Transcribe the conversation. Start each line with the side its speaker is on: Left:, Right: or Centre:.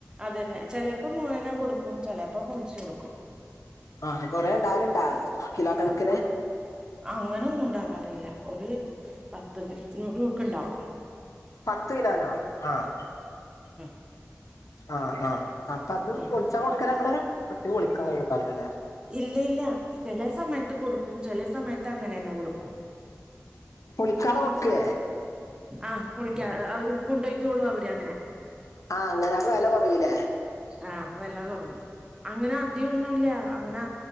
Right: അതന്നെ ചെലെപ്പോ മുയ് വന കൊടുക്കും ചെലെപ്പം പൊൾച്ചൊട്ക്കും
Left: ആ കൊറെ ഇണ്ടാവല്ണ്ടാ കിലോ കൺക്കിന്
Right: അങ്ങനെ ഒന്നു ഉണ്ടാവാറില്ല. ഒരു പത്ത് നൂറ് രൂപക്ക്ണ്ടാവും.
Left: പത്ത് കിലോനോ? ആഹ്.
Right: ഉം.
Left: ആഹ് ആഹ്. അപ്പ അത്
Right: ഉം
Left: പൊൾച്ചാ കൊട്ക്കലാ ഇങ്ങള്? ഒറ്റക്ക് പൊളിക്കാൻ കയ്യൂണ്ടാവൂലല്ലേ?
Right: ഇല്ല ഇല്ല. ചെലെ സമയത്ത് കൊടുക്കും ചെലെ സമയത്ത് അങ്ങനെന്നെ കൊടുക്കും.
Left: പൊളിക്കാതെ കൊടുക്കേ?
Right: ആഹ് പൊളിക്കാതെ, അവര് കൊണ്ടോയ്ക്കോളൂ അവര് അങ്ങനെ.
Left: ആ അങ്ങനെ അപ്പൊ വില കുറയില്ലേ
Right: ആഹ് വെള്ള കൊറയും. അങ്ങനെ അധികം ഒന്നുല്ല. അങ്ങനെ